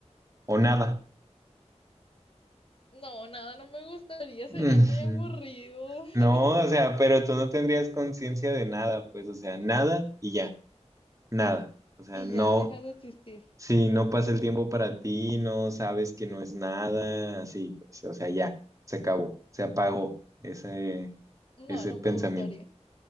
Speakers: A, on the right (about 25°); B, on the left (about 50°).
A: o nada.
B: No, nada, no me gustaría, sería
A: Ujú.
B: muy aburrido. <laughs>
A: No, o sea, pero tú no tendrías conciencia de nada, pues, o sea, nada y ya, nada. O sea,
B: Y
A: no,
B: ya, dejas de existir.
A: si no pasa el tiempo para ti, no sabes que no es nada, así, pues, o sea, ya, se acabó, se apagó ese,
B: No,
A: ese
B: no
A: pensamiento.
B: me gustaría.